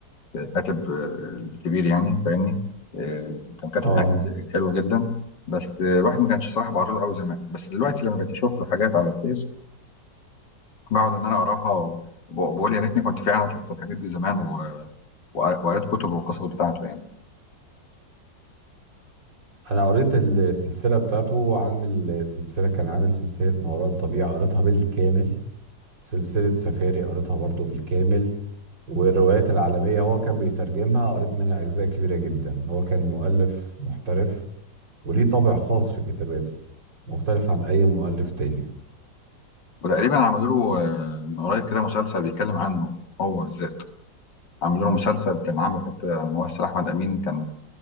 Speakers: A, on the left (about 70°); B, on the right (about 75°).
A: الكاتب آه، الكبير يعني فاهمني آه، كان كاتب
B: اه
A: حاجات كتير- حلوه جدا بس آه، الواحد ما كانش صراحه بقرا له قوي زمان بس دلوقتي لما بقيت اشوف له حاجات على الفيس بقعد ان انا اقراها وبقول يا ريتني كنت فعلا شفت الحاجات دي زمان و- وقريت كتب وقصص بتاعته يعني
B: انا قريت السلسله بتاعته عامل سلسله كان عامل سلسله ما وراء الطبيعه قريتها بالكامل سلسله سفاري قريتها برضو بالكامل والروايات العالميه هو كان بيترجمها قريت منها اجزاء كبيره جدا هو كان مؤلف محترف وليه طابع خاص في كتاباته مختلف عن اي مؤلف تاني
A: وتقريبا عملوا له آه، من قريب كده مسلسل بيتكلم عنه هو بالذات عملوا له مسلسل كان عامل حتى الممثل احمد امين كان